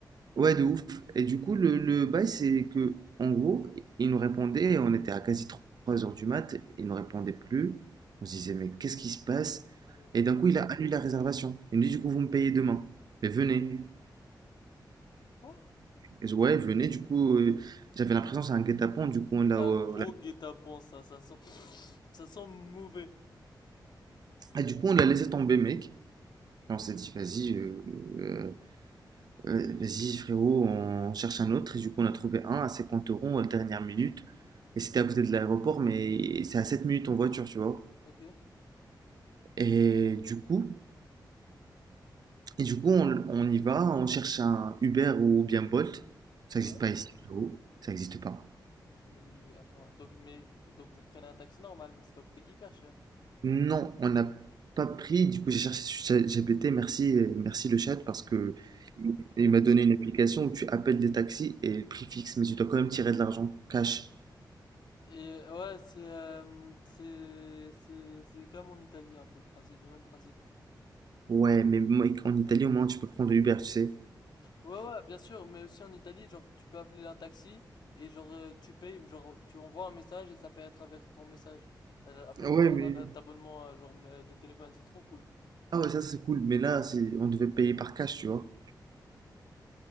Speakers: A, on the right; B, on the left.
A: Ouais, de ouf. Et du coup, le, le bail, c'est que, en gros, il nous répondait, on était à quasi 3 heures du mat, il nous répondait plus. On se disait, mais qu'est-ce qui se passe?
B: Oh.
A: Et d'un coup, il a annulé la réservation. Il nous dit, du coup, vous me payez demain. Mais venez.
B: Quoi?
A: Je- Ouais, venez. Du coup, euh, j'avais l'impression que c'est un guet-apens. Du coup, on l'a,
B: C'est un
A: euh,
B: gros
A: on l'a-
B: guet-apens, ça. Ça sent, ça sent mauvais.
A: Ah, du coup, on l'a laissé tomber, mec. Et on s'est dit, vas-y, euh, euh, Euh, Vas-y, frérot, on cherche un autre. Et du coup, on a trouvé un à 50 euros à la dernière minute. Et c'était à côté de l'aéroport, mais c'est à 7 minutes en voiture, tu vois.
B: Ok.
A: Et du coup, et du coup on, on y va, on cherche un Uber ou bien Bolt. Ça
B: Ouais.
A: n'existe pas ici, frérot. Ça n'existe pas.
B: Mais attends, donc, mais, donc vous prenez un taxi normal, mais ça doit coûter hyper cher.
A: Non, on n'a pas pris. Du coup, j'ai cherché sur ChatGPT. Merci, euh, merci le chat parce que il m'a donné une application où tu appelles des taxis et le prix fixe, mais tu dois quand même tirer de l'argent cash.
B: Et ouais, c'est euh, c'est c'est c'est comme en Italie un peu le principe, le même principe.
A: Ouais, mais moi, en Italie, au moins, tu peux prendre Uber, tu sais.
B: Ouais ouais, bien sûr, mais aussi en Italie, genre tu peux appeler un taxi et genre euh, tu payes, genre tu envoies un message et ça paye à travers ton message, euh, à travers
A: Ouais, mais...
B: ton abonnement euh, genre euh, de téléphone, c'est trop cool.
A: Ah ouais, ça c'est cool. Mais là, c'est... on devait payer par cash, tu vois.